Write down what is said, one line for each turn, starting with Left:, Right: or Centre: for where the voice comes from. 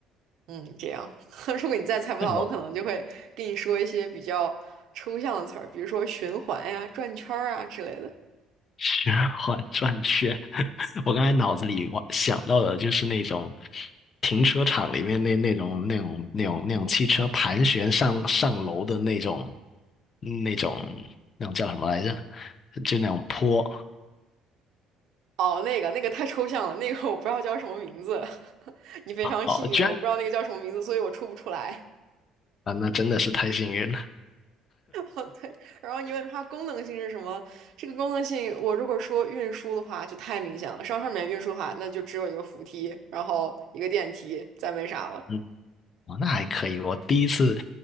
Right: 嗯，这样。<laughs> 如果你再猜不到，
Left: 哦，
Right: 我可能就会跟你说一些比较抽象的词儿，比如说循环呀、转圈儿啊之类的。
Left: <laughs> 循环转圈，<laughs> 我刚才脑子里我想到的就是那种停车场里面那那种那种那种那种汽车盘旋上上楼的那种那种那种叫什么来着？就那种坡
Right: 哦，那个那个太抽象了，那个我不知道叫什么名字。<laughs> 你非常幸运，
Left: 哦，居然
Right: 我不知道那个叫什么名字，所以我出不出来。
Left: 啊，那真的是太幸运了。
Right: 哦，对，然后你问它功能性是什么？这个功能性，我如果说运输的话，就太明显了。商场里面运输的话，那就只有一个扶梯，然后一个电梯，再没啥了。
Left: 嗯，哦，那还可以，我第一次